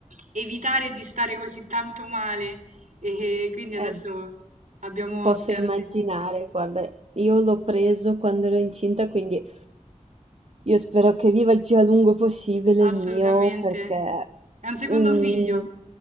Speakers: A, on the right (about 70°); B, on the right (about 55°).
A: evitare di stare così tanto male e quindi adesso
B: Eh,
A: abbiamo
B: posso
A: Oscar,
B: immaginare,
A: sì,
B: guarda, io l'ho preso quando ero incinta, quindi io spero che viva il più a lungo possibile
A: assolutamente.
B: il mio, perché
A: È un secondo
B: mm,
A: figlio.